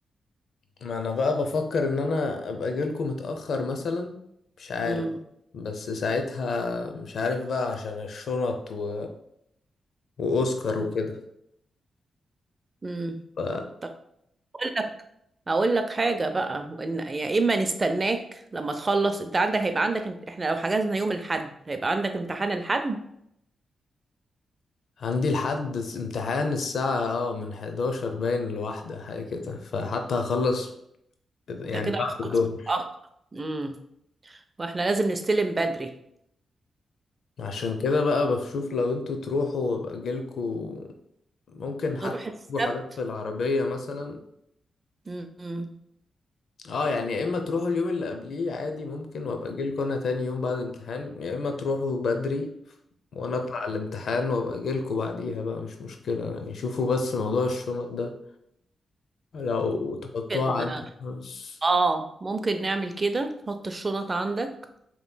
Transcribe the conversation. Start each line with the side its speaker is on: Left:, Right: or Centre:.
Left: ما انا بقى بفكر ان انا ابقى جيلكم متأخر مثلا مش عارف
Right: امم
Left: بس ساعتها مش عارف بقى عشان الشنط و... واوسكار وكده
Right: امم
Left: ف...
Right: طب اقول لك اقول لك حاجه بقى وان يا اما نستناك لما تخلص انت عندك هيبقى عندك امت- احنا لو حجزنا يوم الاحد هيبقى عندك امتحان الحد
Left: عندي لحد س- امتحان الساعة اه من 11 باين لواحدة حاجة كده فحتى هخلص يعني
Right: انت كده
Left: بعد
Right: هتخلص
Left: الظهر
Right: متاخر امم واحنا لازم نستلم بدري
Left: عشان كده بقى بشوف لو انتوا تروحوا وابقى جيلكم ممكن حتى
Right: نروح السبت
Left: تجيبوا حاجات في العربية مثلا
Right: م- م-
Left: اه يعني يا اما تروحوا اليوم اللي قبليه عادي ممكن وابقى اجيلكوا انا تاني يوم بعد الامتحان يا اما تروحوا بدري وانا اطلع على الامتحان وابقى اجيلكوا بعديها بقى مش مشكلة يعني شوفوا بس موضوع الشنط ده لو تحطوه
Right: ممكن
Left: عد بس
Right: اه ممكن نعمل كده حط الشنط عندك